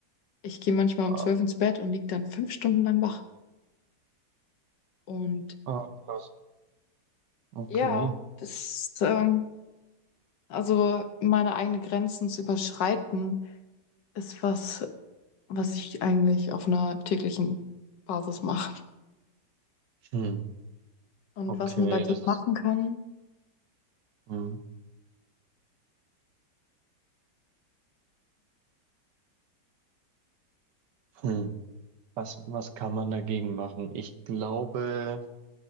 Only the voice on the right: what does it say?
Wow.
Ah, krass. Okay.
Hm.
Okay,
das
ist.
Hm. Hm. Was, was kann man dagegen machen? Ich glaube,